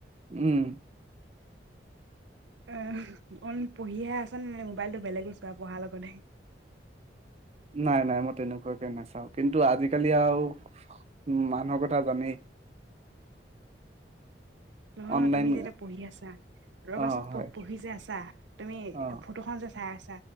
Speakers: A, on the right (about 35°); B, on the right (about 85°).
A: উম,
B: অ অ, পঢ়িহে আছা নে? মোবাইলটো বেলেগো চোৱা আৰু পঢ়াৰ লগতে।
A: নাই নাই, মই তেনেকুৱাকে নাচাও, কিন্তু আজিকালি আৰু উ মানুহৰ কথা জানেই।
B: নহয়, নহয়,
A: অনলাইন
B: তুমি যে এতিয়া পঢ়ি আছা, ৰ'বাচোন
A: অ হয়
B: পঢ়ি যে আছা তুমি
A: অ
B: ফটোখন যে চাই আছ